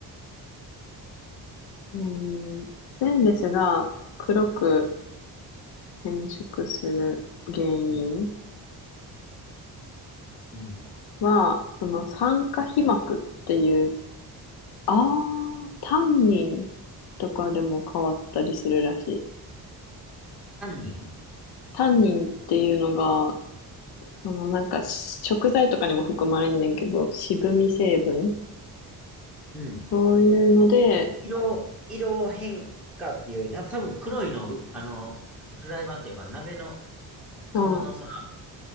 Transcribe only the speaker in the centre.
うん。うん。うん。
タンニン
うん。
はい色、色変化っていう、な、多分黒いの、うあの、フライパンっていうか、鍋の
釜のさ、